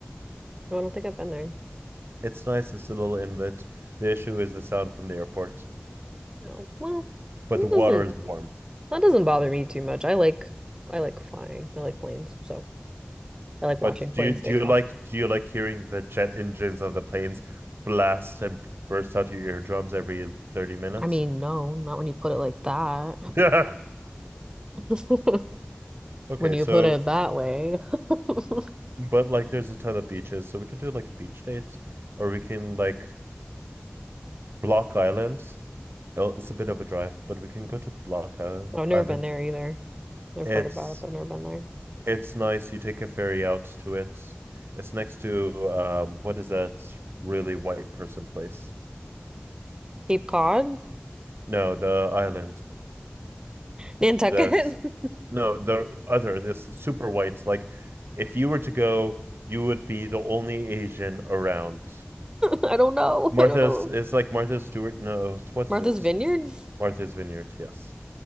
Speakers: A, on the right (about 20°); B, on the right (about 70°).
A: No, I don't think I've been there.
B: It's nice. It's a little inlet. The issue is the sound from the airport,
A: No. Well,
B: but
A: it
B: the water
A: doesn't
B: is warm.
A: that doesn't bother me too much. I like I like flying. I like planes, so I like
B: But
A: watching planes
B: do you do
A: take
B: you
A: off.
B: like do you like hearing the jet engines of the planes blast and burst out your eardrums every 30 minutes?
A: I mean, no, not when you put it like that.
B: <laughs>
A: <laughs>
B: Okay,
A: when you
B: so
A: put it that way. <laughs>
B: but like there's a ton of beaches, so we could do like a beach date or we can like Block Island. Oh, It's a bit of a drive, but we can go to Block Isl-
A: I've never
B: Island.
A: been there either. I've
B: It's
A: heard about it, but I've never been there.
B: it's nice. You take a ferry out to it. It's next to um what is that really white person place?
A: Cape Cod?
B: No, the island.
A: Nantucket?
B: The
A: <laughs>
B: No, the other, this super whites. Like, if you were to go, you would be the only Asian around.
A: I don't know.
B: Martha's
A: I don't know.
B: is like Martha Stewart. No, what
A: Martha's
B: is it?
A: Vineyard?
B: Martha's Vineyard. Yes.